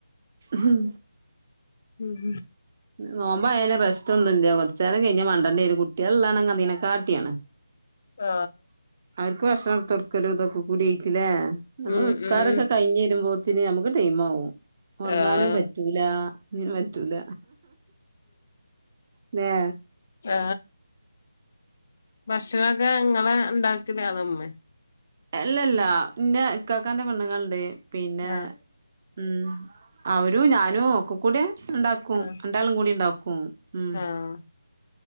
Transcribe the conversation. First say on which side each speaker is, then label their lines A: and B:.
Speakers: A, on the right; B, on the left.
A: ഹും
B: ഉം
A: നോമ്പായാല പ്രശ് റ്റൊന്നുല്ല കുറച്ചാലം കഴിഞ്ഞ മണ്ടണ്ടി വെരും കുട്ട്യാള്ണ്ടെങ്കി അതിനെ കാട്ടിയാണ്
B: ആ
A: അവർക്ക് ഭക്ഷണം ട്ത്തൊട്ക്കലും ഇതൊക്കെക്കൂടിയായിറ്റ് ല്ലേ ഞമ്മള്
B: ഉം
A: നിസ്കാരൊക്കെ
B: ഉം
A: കഴിഞ് വെരുമ്പോ ത്തിന് ഞമ്മക്ക് ടൈംമാവും ഒറങ്ങാനും
B: ആഹ്
A: പറ്റൂല ഒന്നിനും പറ്റൂല ല്ലേ
B: ആ ഭക്ഷണൊക്കെ ഇങ്ങള ഇണ്ടാക്കല് അതോ ഇമ്മേ
A: അല്ലല്ലാ ഇന്റെ ഇക്കാക്കാന്റെ പെണ്ണുങ്ങൾണ്ട് പിന്നെ
B: ആഹ്
A: ഉം അവരും ഞാനും ഒക്കെ കൂടി ഇണ്ടാക്കും
B: ആഹ്
A: രണ്ടാളും കൂടി ഇണ്ടാക്കും ഉം
B: ആഹ്